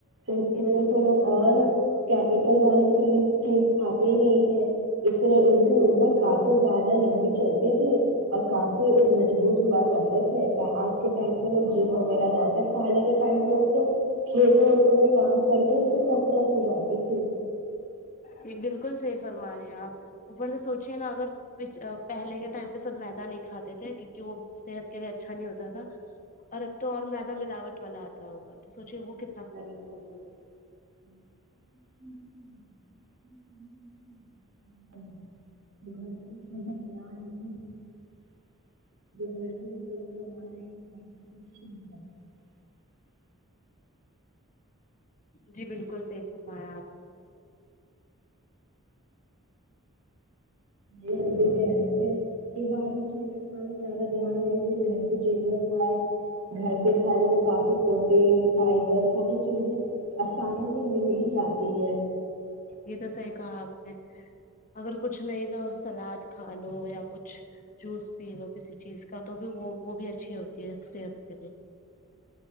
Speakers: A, on the right; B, on the left.
A: س
B: یہ تو بالکل
A: لوگ
B: صحیح
A: اور
B: فرمایا
A: کیپٹل وال پریت چیز کھاتے نہیں تھے اس لیے ان کی عمر کافی زیادہ لمبی چلتی تھی اور کافی مضبوط ہوا کرتے تھے آج کے ٹائم پہ لوگ جم وغیرہ جاتے پہلے کے ٹائم لوگ تو کھیتوں وتوں میں کام کرتے ان کی کثرت ہو جاتی تھی
B: یہ بالکل سیفر ہمارے یہ آپ اوپر سے سوچیے نا اگر پہلے کے ٹائم پہ سب میدا نہیں کھاتے تھے کیونکہ وہ صحت کے لیے اچھا نہیں ہوتا تھا اور اب تو اور مدا ملاوٹ والا آتا ہوگا تو سوچے وہ ک
A: ر س گھر رہ جورسٹی بن رہے ب سندر ہے
B: جی بالکل سیف ہم ہمیا آپ
A: نہیں ہم بھی کہہ رہے تھے کہ باہر کی چیزیں کھانے زیادہ دھیان نہیں دے گھر کی چیزیں نہیں گھر کے کھانے میں کافی پروٹین فائبر ساری چیزیں آسانی سے مل ہی جاتی ہے
B: یہ تو صحیح کہا آپ نے اگر کچھ نہیں تو سلاد کھا لو یا کچھ جوس پی لو کسی چیز کا تو بھی وہ وہ بھی اچھی ہوتی ہے صحت کے لیے